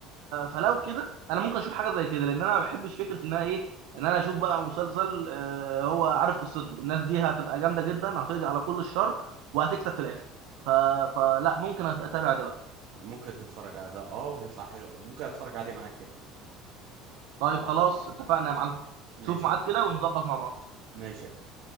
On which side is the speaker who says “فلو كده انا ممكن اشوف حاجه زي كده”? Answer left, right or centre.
Right